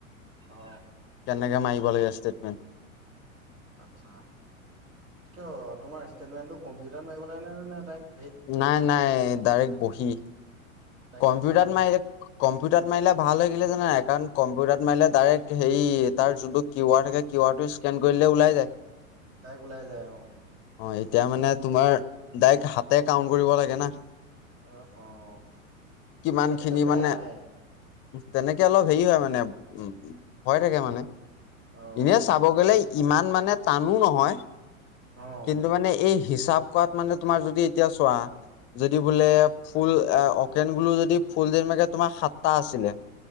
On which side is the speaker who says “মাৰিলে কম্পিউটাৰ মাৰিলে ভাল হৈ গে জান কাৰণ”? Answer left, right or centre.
Left